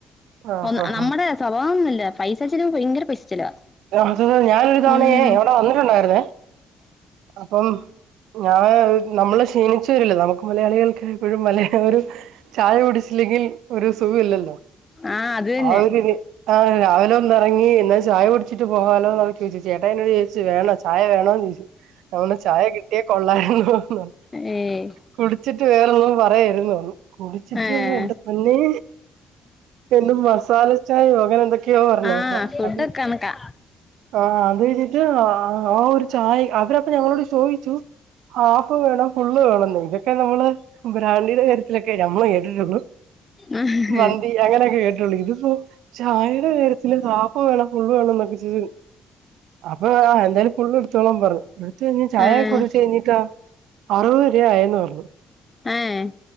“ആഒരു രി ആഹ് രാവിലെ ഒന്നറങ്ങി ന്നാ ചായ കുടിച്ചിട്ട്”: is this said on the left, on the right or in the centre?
Right